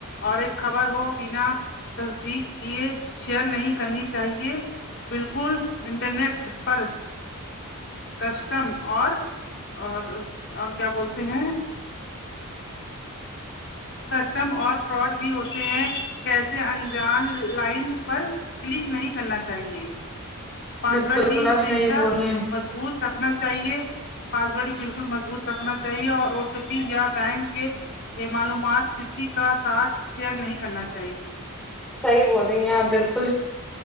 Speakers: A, on the left (about 55°); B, in the centre.
A: اور ایک خبر ہو بنا تصدیق کیے شیئر نہیں کرنی چاہیے بالکل انٹرنیٹ پر کسٹم اور اور اور کیا بولتے ہیں کسٹم اور فراڈ بھی ہوتے ہیں کیسے انجان لائن پر کلک نہیں کرنا چاہیے پاسورڈ
B: بالکل بالکل
A: بھی
B: آپ
A: ہمیشہ
B: صحیح بول رہی ہیں
A: مضبوط رکھنا چاہیے پاسورڈ ہی بالکل مضبوط رکھنا چاہیے اور یا بینک کے معلومات کسی کا ساتھ شیئر نہیں کرنا چاہیے
B: صحی بول رہی ہیں آ بالکل